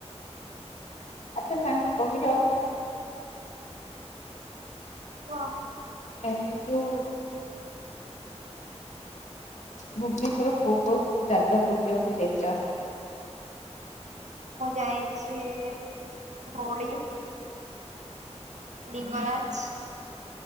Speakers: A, on the left (about 80°); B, on the right (about 80°).
A: ଆଚ୍ଛା ସାଙ୍ଗ କହିଲ?
B: ହଁ।
A: ଏଣ୍ଡୁ ଭୁବନେଶ୍ଵର କୋଉ କୋଉ ସବୁ ଯାଗା ବୁଲିବାକୁ ଯାଇଛ?
B: ମୁଁ ଯାଇଛି ଧୋଉଳି ଲିଙ୍ଗରାଜ